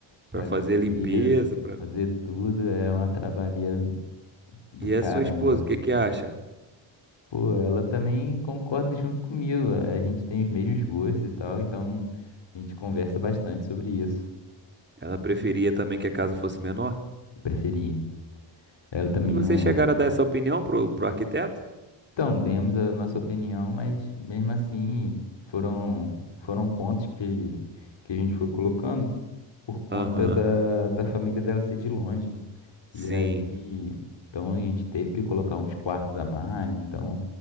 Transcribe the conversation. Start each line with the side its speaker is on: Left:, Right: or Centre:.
Right: Pra
Left: Para
Right: fazer
Left: limpeza,
Right: limpeza, pra...
Left: pra fazer tudo, é uma trabalheira do do
Right: E
Left: caramba.
Right: a sua esposa, o que que acha?
Left: Pô, ela também concorda junto comigo. A gente tem os mesmos gostos e tal, então a gente conversa bastante sobre isso.
Right: Ela preferia também que a casa fosse menor?
Left: Preferia. Ela também
Right: E vocês
Left: não.
Right: chegaram a dar essa opinião pro, pro arquiteto?
Left: Então, demos a nossa opinião, mas mesmo assim foram, foram pontos que, que a gente foi colocando por conta
Right: Aham,
Left: da, da família dela ser de longe. E
Right: sim.
Left: aí, então a gente teve que colocar uns quartos a mais, então